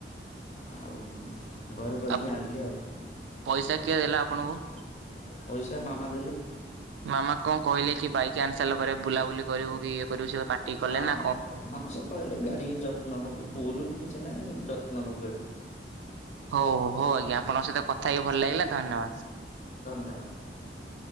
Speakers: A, on the left; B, on the right.
A: ଆଉ, ଘରେ କହିକି
B: ଆଉ
A: ଆଣିଲି ଆଉ।
B: ପଇସା କିଏ ଦେଲା ଆପଣଙ୍କୁ?
A: ପଇସା ମାମା ଦେଲେ।
B: ମାମା କଣ କହିଲେ କି ବାଇକ୍ ଆଣିସାଇଲାପରେ, ବୁଲାବୁଲି କରିବୁ କି ଇଏ କରିବୁ ସିଏ କଣ ପାଟି ପା କଲେ
A: ହଁ
B: ନା
A: - ହଁ- ହଁ ସେ କହିଲେ ଗାଡି ଯତ୍ନ ନବୁ, ବୁଲ କିଛି ନାହିଁ କିନ୍ତୁ ଯତ୍ନ ନବୁ ଗାଡି।
B: ହଉ ହଉ ଆଜ୍ଞା ଆପଣଙ୍କ ସହିତ କଥା ହେଇକି ଭଲ ଲାଗିଲା ଧନ୍ୟବାଦ।
A: ଧନ୍ୟବାଦ।